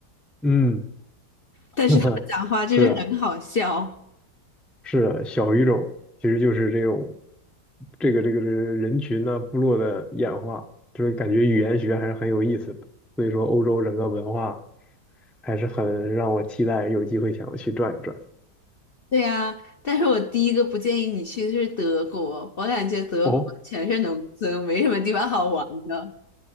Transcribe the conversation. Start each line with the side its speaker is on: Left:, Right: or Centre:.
Centre: 嗯，
Left: 但是他们讲话就是很好笑。
Centre: <laughs> 是，是的，小语种其实就是这种这个这个这个人群呢、部落的演化，就是感觉语言学还是很有意思的。所以说，欧洲整个文化还是很让我期待，有机会想要去转一转。
Left: 对呀，但是我第一个不建议你去的是德国，我感觉德国全是农村，
Centre: 哦，
Left: 没什么地方好玩的。